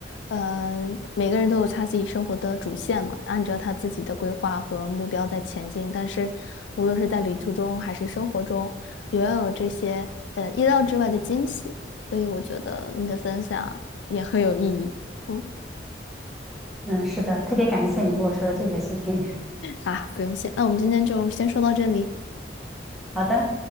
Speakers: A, on the left; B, in the centre.
A: 呃，每个人都有他自己生活的主线嘛，按照他自己的规划和目标在前进。但是，无论是在旅途中还是生活中，也要有这些呃意料之外的惊喜。所以，我觉得你的分享也很有意义。嗯，
B: 嗯，是的，特别感谢你跟我说的这些事情。
A: 啊，不用谢，那我们今天就先说到这里。
B: <laughs> 好的。